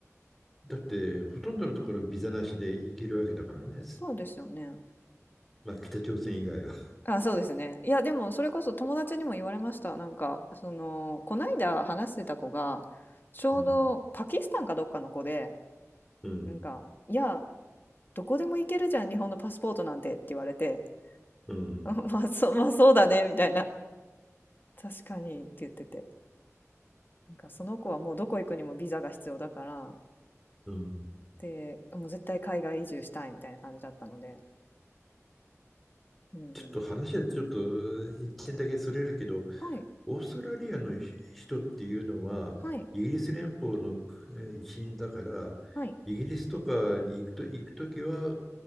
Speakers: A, in the centre; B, on the left (about 40°).
A: だって、ほとんどのところビザなしで行けるわけだからね。
B: そうですよね。
A: まあ、北朝鮮以外は。
B: あ、そうですね。いや、でもそれこそ友達にも言われました。なんか、その、こないだ話してた子が、ちょうどパキスタンかどっかの子で、
A: うん、うん、
B: なんか、いや、どこでも行けるじゃん、日本のパスポートなんてって言われて、
A: うん、
B: <laughs> まあ、そう、まあそうだね、みたいな。確かにって言ってて。なんか、その子はもうどこ行くにもビザが必要だから、
A: うん。
B: で、もう絶対海外移住したいみたいな感じだったので。うん。
A: ちょっと話はちょっと一点だけそれるけど、
B: はい、
A: オーストラリアの人っていうのは、
B: はい、
A: イギリス連邦のえー一員だから、
B: はい。
A: イギリスとかに行くと、行くときは、